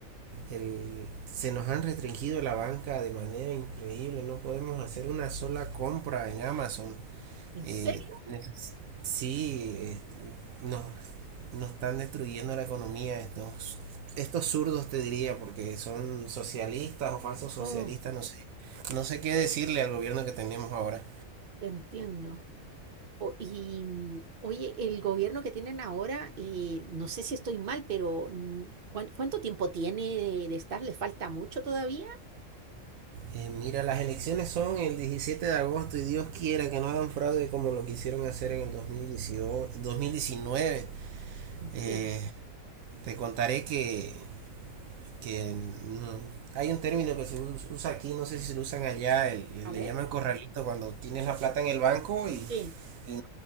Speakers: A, on the right; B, on the right.
A: El- se nos han restringido la banca de manera increíble, no podemos hacer una sola compra en Amazon.
B: ¿En
A: Eh,
B: serio?
A: neces- sí, eh, nos, nos están destruyendo la economía estos, estos zurdos, te diría, porque son socialistas o falsos socialistas,
B: Oh,
A: no sé. No sé qué decirle al gobierno que tenemos ahora.
B: te entiendo. O- y mm, oye, el gobierno que tienen ahora, eh, no sé si estoy mal, pero mm, ¿cuán- ¿cuánto tiempo tiene de, de estar? ¿Le falta mucho todavía?
A: Eh, mira, las elecciones son el 17 de agosto y Dios quiera que no hagan fraude como lo quisieron hacer en el 2018, 2019.
B: Entiendo.
A: Eh, te contaré que que no, hay un término que se us- usa aquí, no sé si se lo usan allá, el- le,
B: A
A: le
B: ver.
A: llaman corralito cuando tienes la plata en el banco y,
B: Sí,
A: y no,